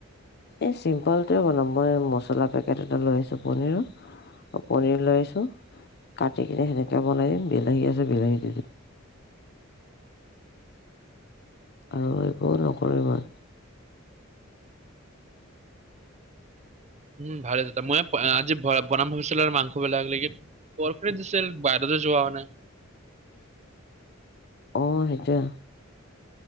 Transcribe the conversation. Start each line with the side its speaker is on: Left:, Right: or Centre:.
Left: এই চিম্পলটোৱে বনাম মই মছলা পেকেট এটা লৈ আছোঁ পনীৰৰ। আৰু পনিৰ লৈ আছোঁ। কাটি কিনে সেনেকে বনাই দিম বিলাহী আছে বিলাহী দি দিম। আৰু একো নকৰোঁ ইমান।
Right: উম' ভালে দিয়া। মই আজি বনাম ভাবিছিলোঁ আৰু মাংস বিলাক লেগি - কৰ্পৰেট দিছিল বাহিৰতে যোৱা হোৱা নাই।
Left: অ' সেইটো।